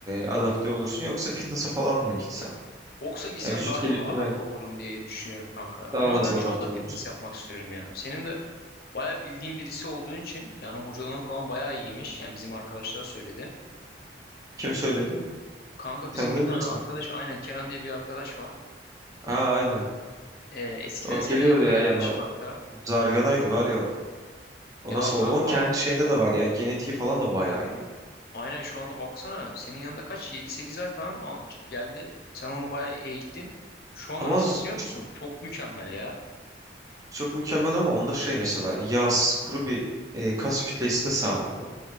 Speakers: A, on the right; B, on the left.
A: adapte olursun yoksa fitness'a falan mı gitsen?
B: Boksa gitsem
A: Ya vücut
B: daha çok
A: geliştirme
B: adapte olurum diye düşünüyorum kanka ya.
A: Daha
B: Ama
A: hızlı
B: ben
A: adapte
B: şu anda
A: olursun.
B: fitness yapmak istiyorum ya. Senin de bayağı bildiğin birisi olduğun için yani hocalığın falan bayağı iyiymiş. Yani bizim arkadaşlara söyledi.
A: Kim söyledi?
B: O, kanka
A: Tanıdığın
B: bizim bir tane
A: birisi
B: arkadaş
A: mi?
B: aynen Kenan diye bir arkadaş var.
A: Aa aynen.
B: Ee, eskiden
A: O
B: senin
A: geliyordu
B: yanına
A: ya
B: gelmiş
A: yanıma.
B: kanka.
A: Zarganaydı var ya o. O
B: Ya
A: nasıl
B: kanka
A: oldu? Onun kendi şeyinde de var ya. Genetiği falan da bayağı iyi.
B: aynen şu anda baksana senin yanında kaç Yedi, sekiz ay falan almış, geldi. Sen onu bayağı eğittin. Şu anda
A: Ama
B: nasıl
A: s-
B: biliyor musun? Çok mükemmel ya.
A: çok mükemmel ama onda şey mesela yağsız kuru bir e, kas kütlesine sahip o.